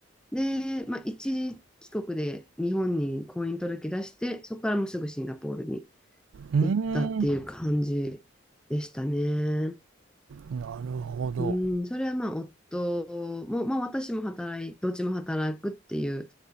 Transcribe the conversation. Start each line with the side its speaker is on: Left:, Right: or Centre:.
Centre: で、まあ、一時帰国で日本に婚姻届出して、そこからもうすぐシンガポールに
Right: ーん。
Centre: 行ったっていう感じでしたね。
Right: なるほど。
Centre: うん、それはまあ夫も、まあ私も働い、どっちも働くっていう